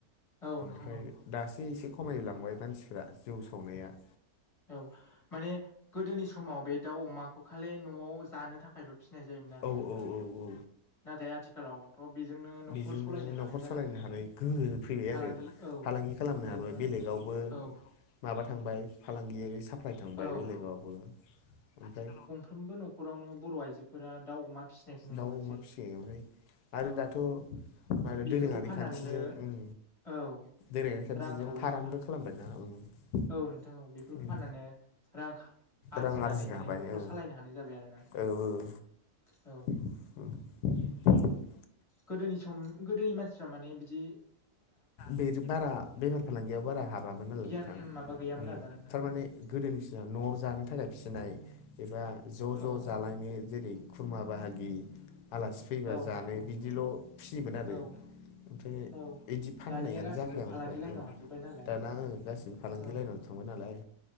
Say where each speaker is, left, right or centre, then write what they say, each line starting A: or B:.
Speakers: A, on the left; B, on the left.
A: औ
B: ओमफ्राय
A: नोंथां
B: दासो एसे खमाय लांबाय मानसिफ्रा जौ सावनाया‌।
A: औ माने गोदोनि समाव बे दाउ अमाखौ खालि न'आव जानो थाखायल' फिनाय जायोमोन आरो
B: औ
A: ना नोंथां
B: औ औ औ
A: नाथाय आथिखालाव थ' बेजोंनो न'खर
B: बेजोंनो
A: सालायनो
B: न'खर
A: हानाय जाना
B: सालायनो
A: फैबाय
B: हानाय
A: ना
B: गोहो फैबाय
A: फालांगि
B: आरो
A: औ।
B: फालांगि खालामनो
A: बेजोंनो
B: हाबाय बेलेगावबो
A: औ
B: माबा थांबाय फालांगियारि साप्लाय थांबाय
A: औ
B: बेलेगावबो ओमफ्राय
A: फ्रोमबो न'खरावनो बर' आइजोफोरा दाउ अमा फिसिनायखौ नुनो
B: दाउ
A: मोनसै
B: अमा फिसियो ओमफ्राय आरो
A: औ
B: दाथ' आरो
A: बेफोरखौ
B: दोरोङारि
A: फाननानैनो
B: खान्थिजों उम
A: औ
B: दोरोङारि खान्थिजों
A: रांखावरि
B: फारामबो
A: खा
B: खालामबायना उम।
A: औ नोंथां औ बेफोरखौ
B: उम
A: फाननानै रां आरजिनानै
B: रां आरजिनो
A: माने
B: हाबाय
A: न'खर
B: ओ
A: सालायनो हानाय जाबाय आरो ना।
B: औ औ
A: औ
B: <unintelligible>
A: गोदोनि सम गोदोनि मानसिफ्रा माने बिदि
B: बेथबारा बेफार फालांगियाव बारा हाबामोन नालाय
A: गियान
B: नोंथां
A: माबा गैयामोन
B: उम
A: आरोना नोंथां
B: थारमाने
A: औ
B: गोदोनिसिना न'आव जानो थाखाय फिसिनाय एबा ज' ज'
A: औ
B: जालायनि जेरै खुरमा बाहागि आलासि फैबा
A: औ
B: जानो
A: नोंथां औ
B: बिदिल' फियोमोन आरो
A: औ
B: ओमफ्राय
A: औ
B: बिदि फाननायानो
A: दानिया गासिबो
B: जाखायामोन
A: फालांगि
B: ओनफ्राय ओं
A: लाइनाव हाबजोब्बाय नालाय
B: दाना ओं गासिबो फालांगि
A: औ
B: लायनाव थांबाय नालाय